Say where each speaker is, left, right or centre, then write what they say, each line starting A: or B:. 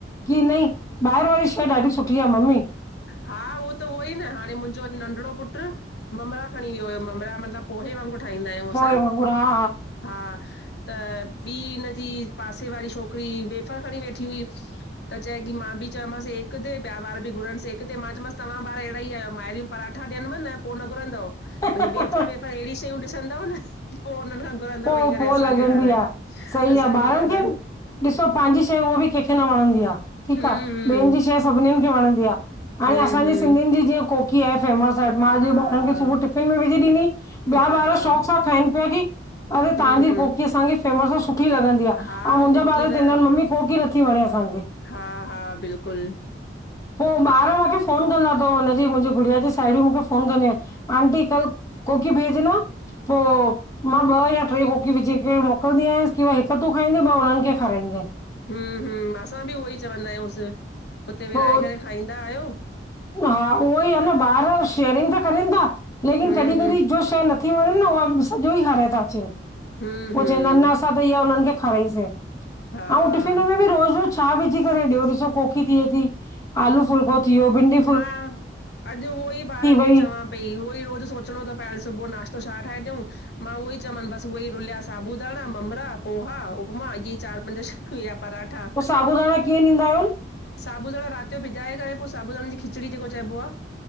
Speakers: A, on the left; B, on the left.
A: की नई, ॿाहिर वारी शइ ॾाढी सुठी आ, मम्मी।
B: हा उहो त उहो ई न हाणे मुंहिंजो अॼु नंढिड़ो पुटु। ममरा खणी वियो, हुयो ममरा मतिलब पोहे वांगुरु ठाहींदा, आहियूं
A: पोइ
B: असां।
A: वांगुरु हा
B: हा त ॿी हिनजी पासे वारी छोकिरी वेफर् खणी वेठी हुई। त चए की मां बि चयोमांस एक दे ब्या ॿार बि घुरण से- - किथे मां चयोमास तत्हां ॿार अहिड़ा ई आहियो मायरू पराठा ॾियनव। पोइ न घुरंद
A: हा
B: भई वेफर वेफर अहिड़ी शयूं ॾिसंदव न पोइ हुनन्हन खा। घुरदा
A: पो
B: वेही करे,
A: पो
B: असांखे
A: लॻंदी
B: खाराए,
A: आ, सही
B: असांखे
A: आ ॿारनि
B: खाराए।
A: खे ॾिसो पंहिंजी शइ उहा बि कंहिंखे न वणंदी आहे ठीक
B: हम्म
A: आहे ॿियनि जी शइ सभिनीनि खे वणंदी आहे हाणे
B: हम्म
A: असांजी
B: हम्म
A: सिंधियुन जीअं कोकी आहे फेमस आहे
B: हम्म
A: मां
B: हा
A: अड् ॿारन खे सुबुह टिफ़िन में विझी ॾिनी। ॿिया
B: हा
A: ॿार शौक़ सां खाइन पिया की? अरे
B: हम्म
A: तव्हांजी
B: हम्म
A: कोकी असांखे फेमस आ, सुठी लॻंदी आ?
B: हा
A: ऐं मुंहिंजा
B: कोकी
A: ॿार चवंदा
B: त
A: आहिन मम्मी, कोकी नथी वणे असांखे।
B: हा -हा, बिल्कुल।
A: पो ॿार मूंखे फोन कंदा अ हुननजी मुंहिंजी गुड़िया जी साहेड़ियूं मूंखे फोन कंदी आहिन आंटी कल- - कोकी भेजना, पो। मां ॿ या टे कोकी विझी करे मोकलंदी आयस की हिक तूं खाईंदीय ॿ हुनन खे खाराईंदीय।
B: हम हम असां बि उहो ई चवंदा आहियूंस, हुते
A: पोइ
B: विराए करे खाईंदा आहियो।
A: हा उहो ई आहे न ॿार शेयरिंग त करन था, लेकिन
B: हम्म
A: कॾहिं कॾहिं
B: हम्म
A: जो। शइ नथी, वणन न उहा सॼो ई हाराए था अचन।
B: हम्म
A: पो
B: हम्म
A: चवंदा न असां त इहा हुनन खे खाराईसीं
B: हा
A: अउ टिफ़िन में बि रोज़ रोज़- - छा विझी करे ॾियो ॾिसो कोकी थिए थी आलू फुलको थी वियायो भिंडी- -
B: हा अड् उहो ई ॿारनि खे
A: वई
B: चवां- - भई उवोही रोज सोचणो, तो पहे- - सुबुह नाश्तो शा ठाहे ॾियूं। मां उहो ई चयमांन बस उहे ई रुलिया साबूदाणा ममड़ा पोहा उपमा इहे ई चार पंज शय या पराठा।
A: पो साबूदाणा कीअं ॾींदा आहियोन?
B: साबूदाणा रात यो बिॼाए करे पोइ साबूदाणन जी खिचड़ी जेको चइबो आ।